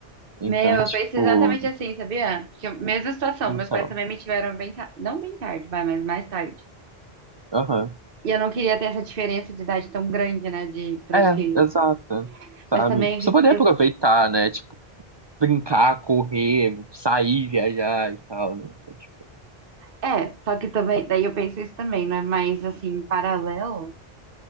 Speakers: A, on the right; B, on the right.
A: Então,
B: Meu,
A: tipo,
B: eu penso exatamente assim, sabia? Porque eu- mesma situação,
A: então
B: meus pais também me tiveram bem, ta- não bem tarde, vai, mas mais tarde.
A: Aham.
B: E eu não queria ter essa diferença de idade tão grande, né, de pros
A: É,
B: filhos.
A: exato. Sabe?
B: Mas também
A: Você poder
B: eu,
A: aproveitar, né? Tipo, brincar, correr, sair, viajar e tal, né? Então, tipo,
B: é, só que também, daí eu penso isso também, né? Mas assim, em paralelo,